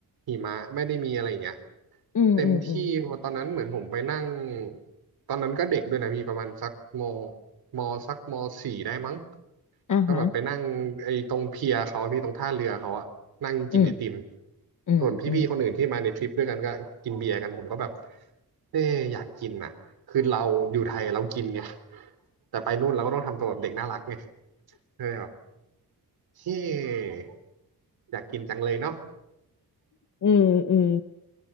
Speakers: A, on the right; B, on the left.
A: หิมะไม่ได้มีอะไรอย่างเงี้ย
B: อืมอืมอืม
A: เต็มที่ตอนนั้นเหมือนผมไปนั่งตอนนั้นก็เด็กด้วยนะพี่ประมาณสักมมสักมสี่ได้มั้ง
B: อ่ะฮะ
A: ก็แบบไปนั่งไอ้ตรงเพียเขาอะพี่ตรงท่าเรือเขาอะนั่งกินไอติม
B: อืมอืมอืม
A: ส่วนพี่ๆคนอื่นที่มาในทริปด้วยกันก็กินเบียร์กันผมก็แบบเอ๊ะอยากกินอ่ะคือเราอยู่ไทยเรากินไงแต่ไปนู่นเราก็ต้องทำตัวแบบเด็กน่ารักไงเออแบบเฮ้อยากกินจังเลยเนาะ
B: อืมอืม